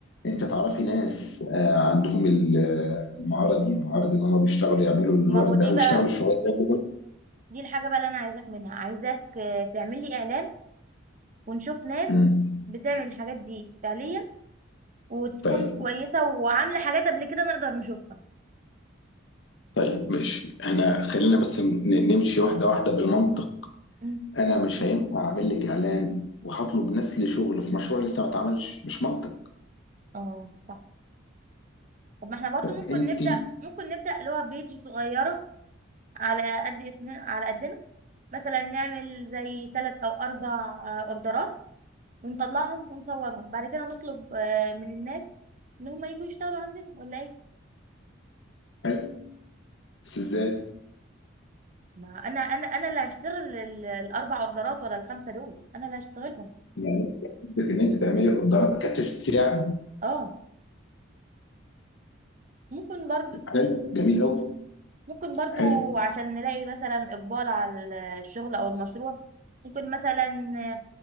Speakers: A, on the left; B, on the right.
A: انت
B: مم.
A: تعرفي ناس آه، عندهم ال- آه، المهارة دي مهارة ان هم بيشتغلوا يعملوا الورد
B: ما هو دي
A: ده او
B: بقى
A: يشتغلوا الشغل ده بس
B: دي الحاجة بقى اللي أنا عايزاك منها عايزاك آه، تعمل لي إعلان ونشوف ناس
A: مم.
B: بتعمل الحاجات دي فعليا وتكون
A: طيب
B: كويسة وعاملة حاجات قبل كده نقدر نشوفها
A: طيب ماشي احنا خلينا بس ن- نمشي واحدة واحدة بالمنطق
B: مم.
A: انا مش هينفع اعمل لك اعلان وهطلب ناس لشغل في مشروع لسه ما اتعملش مش منطق
B: اه صح طب ما احنا برضو
A: فانت
B: ممكن نبدأ ممكن نبدأ اللي هو بيج صغيرة على قد اسمنا على قدنا مثلا نعمل زي ثلاث أو أربع آه، أوردرات ونطلعهم ونصورهم بعد كده نطلب آه، من الناس ان هم يجوا يشتغلوا عندنا ولا ايه
A: حلو بس ازاي
B: ما انا انا انا اللي هشتغل ال- الاربع اوردرات ولا الخمسه دول انا اللي هشتغلهم
A: يعني قصدك ان انت تعملي اوردرات كتست يعني
B: اه ممكن برضو
A: حلو جميل قوي
B: ممكن برضو
A: حلو
B: عشان نلاقي مثلا اقبال على الشغل او المشروع ممكن مثلا آه،